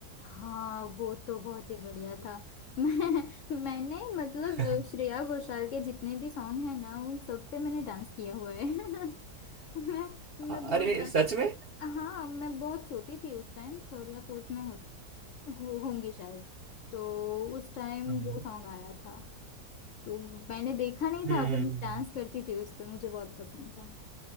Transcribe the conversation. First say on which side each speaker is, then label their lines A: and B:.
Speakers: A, on the left (about 65°); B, on the right (about 40°).
A: हाँ वो तो बहुत ही बढ़िया था <laughs> मैं मैंने मतलब
B: <laughs>
A: अ, श्रेया घोषाल के जितने भी सॉन्ग हैं ना उन सब पे मैंने डांस किया हुआ है <laughs> मैं
B: अरे
A: मैं बहुत डांस
B: सच में
A: हाँ मैं बहुत छोटी थी उस टाइम थर्ड या फोर्थ में हो, हो होंगी शायद तो उस टाइम
B: हम्म
A: वो सॉन्ग आया था तो मैंने देखा नहीं
B: हम्म
A: था पर मैं डांस करती थी उस पे मुझे बहुत पसंद था